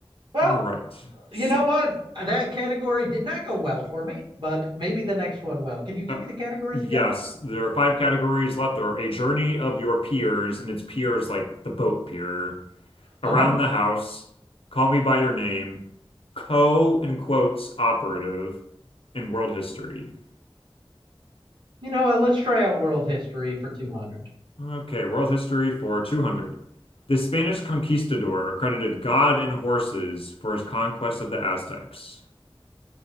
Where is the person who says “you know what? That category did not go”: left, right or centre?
Right